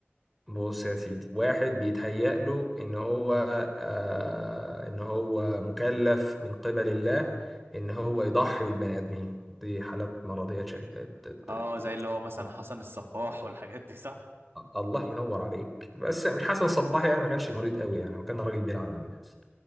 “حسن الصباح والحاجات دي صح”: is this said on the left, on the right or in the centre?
Right